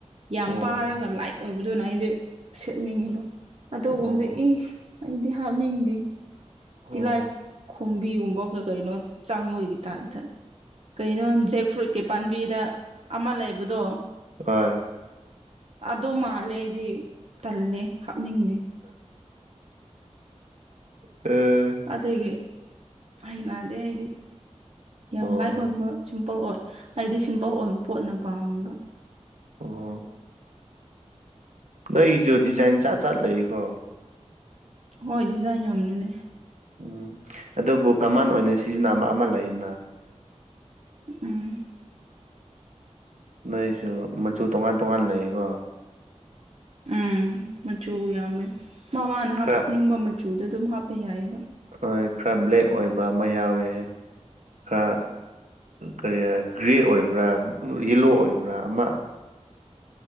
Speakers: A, on the right; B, on the right.
A: ꯌꯥꯝ
B: ꯑꯣ
A: ꯄꯥꯔꯒ ꯂꯥꯏꯠ ꯑꯣꯏꯕꯗꯨꯅ ꯑꯩꯗꯤ ꯁꯦꯠꯅꯤꯡꯉꯤꯕ ꯑꯗꯨꯒꯨꯝꯗꯣ
B: ꯑꯣ
A: ꯏ ꯑꯩꯗꯤ ꯍꯥꯞꯅꯤꯡꯗꯦ
B: ꯑꯣ
A: ꯇꯤꯂꯥꯏ ꯈꯣꯝꯕꯤꯒꯨꯝꯕ ꯀꯩ ꯀꯩꯅꯣ ꯆꯪꯕꯒꯤ ꯇꯥꯏꯞꯇ ꯀꯩꯅꯣ ꯖꯦꯛ ꯐ꯭ꯔꯨꯠꯀꯤ ꯄꯥꯝꯕꯤꯗ ꯑꯃ ꯂꯩꯕꯗꯣ
B: ꯍꯣꯏ
A: ꯑꯗꯣ ꯃꯥꯜꯂꯦ ꯑꯩꯗꯤ ꯇꯜꯂꯦ ꯍꯥꯞꯅꯤꯡꯗꯦ
B: ꯑꯥ
A: ꯑꯗꯨꯒꯤ ꯍꯩꯅꯗꯦ ꯑꯩꯗꯤ ꯌꯥꯝ
B: ꯑꯣ
A: ꯂꯥꯏꯠ ꯑꯣꯏꯕ ꯁꯤꯝꯄꯜ ꯑꯣꯏꯕ ꯍꯥꯏꯗꯤ ꯁꯤꯝꯄꯜ ꯑꯣꯏꯕ ꯄꯣꯠꯅ ꯄꯥꯝꯃꯦꯕ
B: ꯑꯣ ꯂꯩꯁꯨ ꯗꯤꯖꯥꯏꯟ ꯖꯠ ꯖꯠ ꯂꯩꯀꯣ
A: ꯍꯣꯏ ꯗꯤꯖꯥꯏꯟ ꯌꯥꯝꯕꯅꯦ
B: ꯎꯝ ꯑꯗꯨꯕꯨ ꯀꯃꯥꯟ ꯑꯣꯏꯅ ꯁꯤꯖꯤꯟꯅꯕ ꯑꯃ ꯂꯩꯌꯦꯅ
A: ꯎꯝ
B: ꯅꯣꯏꯁꯨ ꯃꯆꯨ ꯇꯣꯉꯥꯟ ꯇꯣꯉꯥꯟ ꯂꯩꯀꯣ
A: ꯎꯝ ꯃꯆꯨ ꯌꯥꯝꯃꯦ ꯃꯃꯥꯅ ꯍꯥꯞꯅꯤꯡꯕ
B: ꯈꯔ
A: ꯃꯆꯨꯗꯨ ꯑꯗꯨꯝ ꯍꯥꯞꯄ ꯌꯥꯏꯑꯦꯕ
B: ꯍꯣꯏ ꯈꯔ ꯕ꯭ꯂꯦꯛ ꯑꯣꯏꯕ ꯑꯃ ꯌꯥꯎꯋꯦ ꯈꯔ ꯀꯔꯤ ꯒ꯭ꯔꯦ ꯑꯣꯏꯕ꯭ꯔꯥ ꯌꯦꯂꯣ ꯑꯣꯏꯕ꯭ꯔꯥ ꯑꯃ